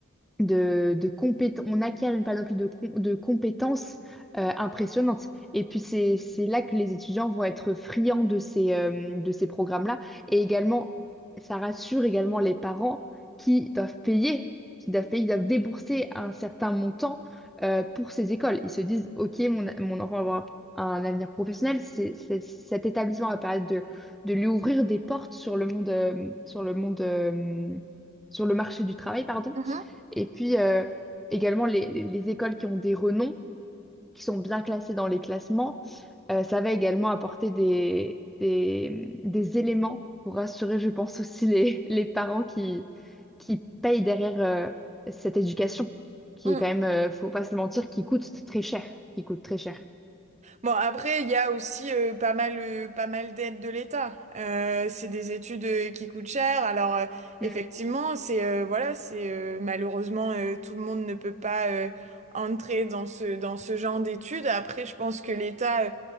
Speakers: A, in the centre; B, on the right.
A: de, de compét- on acquiert une panoplie de, com- de compétences euh, impressionnantes. Et puis c'est, c'est là que les étudiants vont être friands de ces, euh, de ces programmes-là. Et également, ça rassure également les parents qui doivent payer, qui doivent payer, ils doivent débourser un certain montant euh, pour ces écoles. Ils se disent, OK, mon, mon enfant va avoir un avenir professionnel, c'est, c'est- cet établissement va permettre de, de lui ouvrir des portes sur le monde, euh, sur le monde, euh, sur le marché du travail, pardon.
B: mhm,
A: Et puis euh, également les, les- les écoles qui ont des renoms, qui sont bien classées dans les classements, euh, ça va également apporter des, des, des éléments pour rassurer, je pense, aussi les, les parents qui, qui payent derrière euh, cette éducation, qui
B: mm.
A: est quand même, euh, faut pas se mentir, qui coûte très cher, qui coûte très cher.
B: Bon, après, il y a aussi euh, pas mal, euh, pas mal d'aides de l'État. Euh, c'est des études euh, qui coûtent cher. Alors, euh, effectivement,
A: Mm.
B: c'est euh, voilà, c'est euh, malheureusement euh, tout le monde ne peut pas euh, entrer dans ce dans ce genre d'études. Après, je pense que l'État euh,